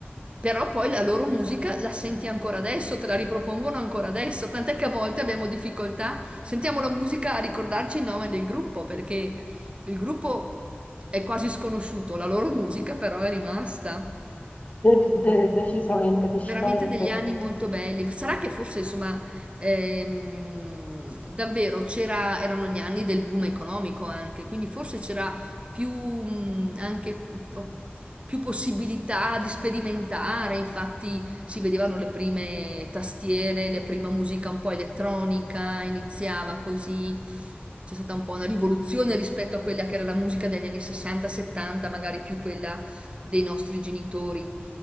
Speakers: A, on the right (about 25°); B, on the left (about 35°).
A: però poi la loro musica la senti ancora adesso, te la ripropongono ancora adesso, tant'è che a volte abbiamo difficoltà, sentiamo la musica a ricordarci il nome del gruppo, perché il gruppo è quasi sconosciuto, la loro musica però è rimasta.
B: De- de- decisamente,
A: Veramente
B: decisamente.
A: degli anni molto belli. Sarà che forse, insomma, ehm, davvero c'era, erano gli anni del boom economico anche, quindi forse c'era più, mh, anche, mh, più possibilità di sperimentare. Infatti, si vedevano le prime tastiere, la prima musica un po' elettronica, iniziava così. C'è stata un po' una rivoluzione rispetto a quella che era la musica degli anni 60-70, magari più quella dei nostri genitori.